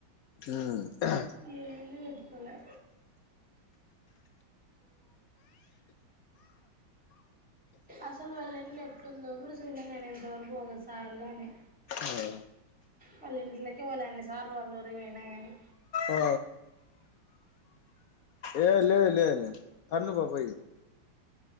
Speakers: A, on the left; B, in the centre.
A: ఉమ్
B: ఏంది పెట్టుకోలే అసలు వాళ్ళ ఇళ్ళు ఎట్లుందో కూడ చూడ్లే నేను ఇంతవరకు ఒకసారి గాని,
A: ఆ
B: వాళ్ళ ఇంట్లకే పోలె అన్నిసార్లు వాళ్ళ ఊరికి పోయినా గానీ
A: ఆ ఏ లేదు లే లే తన్నుపో పోయి